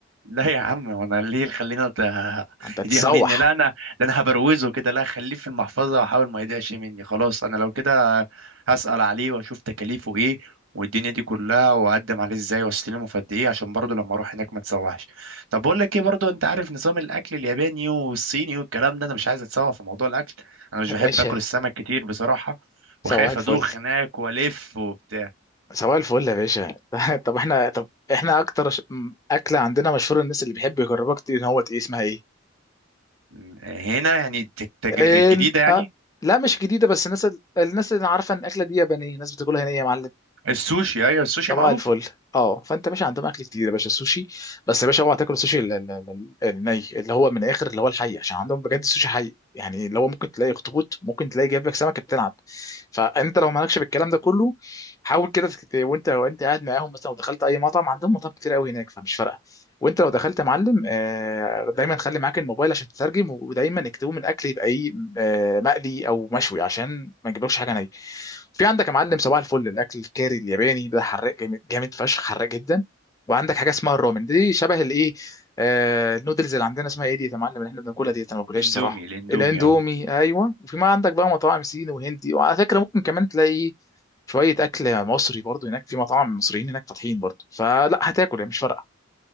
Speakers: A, on the right; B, on the left.
A: لا يا عم وانا ليه خلينا ت-
B: انت تسوح
A: يضيع مني لا انا ده انا هبروزه كده لا خليه في المحفظه واحاول ما يضيعش مني خلاص انا لو كده هسأل عليه واشوف تكاليفه ايه والدنيا دي كلها واقدم عليه ازاي واستلمه في قد ايه عشان برضه لما اروح هناك ما تسوحش طب بقول لك ايه برضه انت عارف نظام الاكل الياباني والصيني والكلام ده انا مش عايز اتسوح في موضوع الاكل انا مش
B: يا
A: بحب
B: باشا
A: اكل السمك كتير بصراحه
B: سواح
A: وخايف
B: الفل
A: ادوخ هناك والف وبتاع
B: سواح الفل يا باشا <laughs> طب احنا طب احنا اكتر ش... م- اكله عندنا مشهوره الناس اللي بيحب يجربها كتير ان هو ايه اسمها ايه
A: م- هنا يعني تج- تجر-
B: إن...
A: جديده يعني
B: أه... لا مش جديده بس الناس ال- الناس اللي عارفه ان الاكله دي يابانيه الناس بتاكلها هنا إيه يا معلم
A: السوشي ايوه السوشي
B: صباح
A: معروف
B: الفل اه فانت ماشي عندهم اكل كتير يا باشا السوشي بس يا باشا اوعى تاكل السوشي ال- ال- ال- الني اللي هو من الاخر اللي هو الحي عشان عندهم بجد السوشي حي يعني اللي هو ممكن تلاقي اخطبوط ممكن تلاقي جايب لك سمكه بتلعب فانت لو مالكش بالكلام ده كله حاول كده تكت- وانت وانت قاعد معاهم مثلا لو دخلت اي مطعم عندهم مطاعم كتير قوي هناك فمش فارقه وانت لو دخلت يا معلم آه، دايما خلي معاك الموبايل عشان تترجم ودايما اكتبوا من الاكل يبقى ايه آه، مقلي او مشوي عشان ما نجيبلكش حاجه نيه في عندك يا معلم صباح الفل الاكل الكاري الياباني ده حراق جامد جامد فشخ حراق جدا وعندك حاجه اسمها الرامن دي شبه الايه آه النودلز اللي عندنا اسمها ايه دي يا معلم اللي احنا بناكلها دي انا ما باكلهاش
A: اندومي
B: صراحه
A: الاندومي
B: الاندومي
A: اه
B: ايوه وفي ما عندك بقى مطاعم صيني وهندي وعلى فكره ممكن كمان تلاقي شويه اكل مصري برضو هناك في مطاعم مصريين هناك فاتحين برضو فلا هتاكل يعني مش فارقه